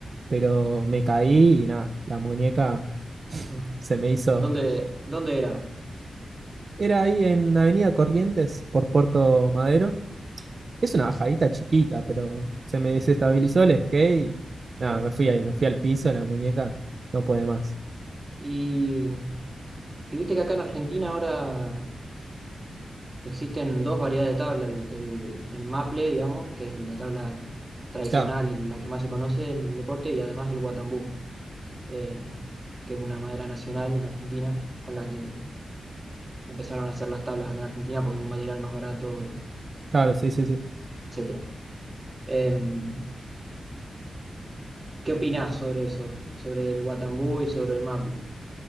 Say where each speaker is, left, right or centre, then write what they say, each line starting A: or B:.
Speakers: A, on the right; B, on the right.
A: pero me caí y nada, la muñeca <laughs>
B: claro.
A: se me hizo...
B: ¿Dónde, dónde era?
A: Era ahí en Avenida Corrientes por Puerto Madero Es una bajadita chiquita, pero se me desestabilizó
B: Sí,
A: el skate y
B: claro.
A: nada, me fui ahí, me fui al piso, la muñeca no puede más.
B: Y, y viste que acá en Argentina ahora existen dos variedades de tabla, el, el, el maple, digamos, que es la tabla tradicional
A: Claro,
B: y la que más se conoce en el deporte, y además el guatambú. eh, que es una madera nacional en Argentina, con la que empezaron a hacer las tablas acá en Argentina porque es un material más barato, eh,
A: claro, sí,
B: bueno,
A: sí, sí.
B: etcétera. Em, ¿qué opinás sobre eso? Sobre el Guatambú y sobre el maple.